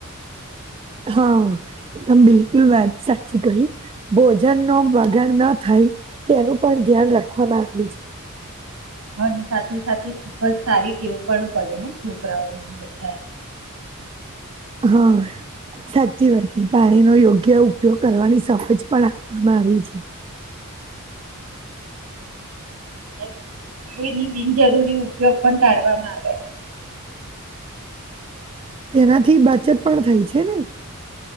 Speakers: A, on the right; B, on the right.
A: હા તમેં બિલકુલ વાત સાચી કહી, ભોજન નો બગાડ ના થાય તેનું પણ ધ્યાન રાખવામાં આવે છે.
B: <unintelligible> અને સાથે સાથે ખુબ જ સારી ટેવ પણ પડે ને છોકરાઓ બધા <unintelligible>
A: હા. સાચી વાત પાણીનો યોગ્ય ઉપયોગ કરવાની સમજ પણ આપવામાં આવી છે.
B: હમ વીજળીની બિનજરૂરી ઉપયોગ પણ ટાળવામાં આવે.
A: તેનાથી બચત પણ થાય છે ને?